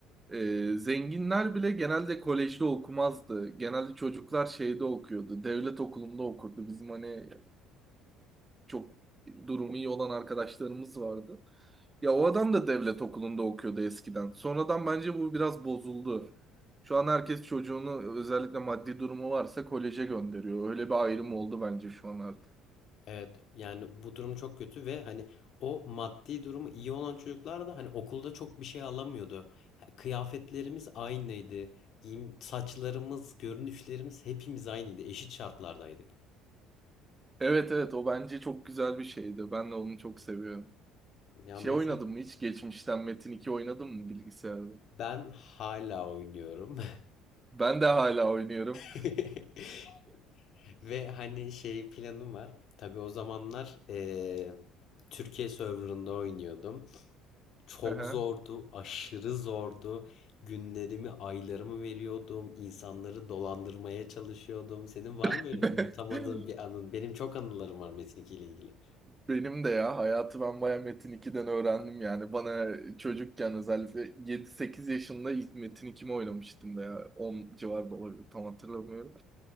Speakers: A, on the right; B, on the left.
A: Ee, zenginler bile genelde kolejde okumazdı. Genelde çocuklar şeyde okuyordu. Devlet okulunda okurdu. Bizim hani çok durumu iyi olan arkadaşlarımız vardı. Ya o adam da devlet okulunda okuyordu eskiden. Sonradan bence bu biraz bozuldu. Şu an herkes çocuğunu özellikle maddi durumu varsa koleje gönderiyor. Öyle bir ayrım oldu bence şu an artık.
B: Evet yani bu durum çok kötü ve hani o maddi durumu iyi olan çocuklar da hani okulda çok bir şey alamıyordu. Kıyafetlerimiz aynıydı. Giyim, saçlarımız, görünüşlerimiz hepimiz aynıydı. Eşit şartlardaydık.
A: Evet evet o bence çok güzel bir şeydi. Ben de onu çok seviyorum.
B: Yani
A: Şey
B: mesela
A: oynadın mı hiç? Geçmişten Metin iki oynadın mı bilgisayarda?
B: ben hala oynuyorum.
A: Ben de hala oynuyorum.
B: <laughs> Ve hani şey planım var. Tabii o zamanlar eee, Türkiye serverında oynuyordum. Çok
A: Aha.
B: zordu, aşırı zordu. Günlerimi, aylarımı veriyordum. İnsanları dolandırmaya çalışıyordum. Senin var
A: <laughs>
B: mı böyle unutamadığın bir anın? Benim çok anılarım var Metin 2 ile ilgili.
A: Benim de ya hayatı ben baya Metin 2'den öğrendim yani. Bana çocukken özellikle yedi sekiz yaşında ilk Metin 2 oynamıştım da ya. 10 civarında olabilir tam hatırlamıyorum.